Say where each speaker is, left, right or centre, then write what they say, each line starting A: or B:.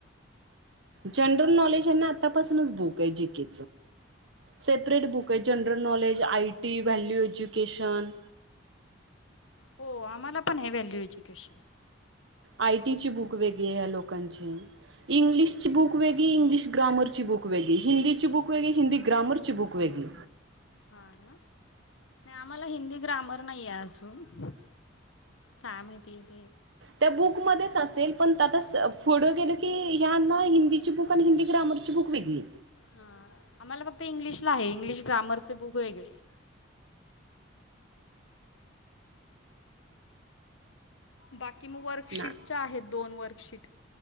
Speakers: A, on the right; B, on the left.
A: जनरल नॉलेज यांना आतापासूनच बुक आहे जी. के सेपरेट बुक आहे. General knowledge I. T, value education.
B: हो आमाला पण आहे व्हॅल्यू एज्युकेशन.
A: आय टी ची बुक वेगळी या लोकांची इंग्लिशच बुक. वेगळी इंगलिश ग्रारची बुक वेगळी हिंदची बुक वेगळी हिंद ग्रामरची बुक वेगळी
B: हा ना नाही आम्हाला हिंदी ग्रामर नाही आहे अजून काय माहिती ये
A: त्या बुकमध्येच असेल. म्हणता तस पुढ गेल की ह्यांना हिंदीची बुक आणि हिंदी ग्रॅमरची बुक वेगळी.
B: हा आम्हाला फक्त इंग्लिशला आहे इंग्लिश ग्रामरच बुक वेगळ आहे. बाकी मग वर्कशीटच्या
A: ना
B: आहेत दोन वर्कशीट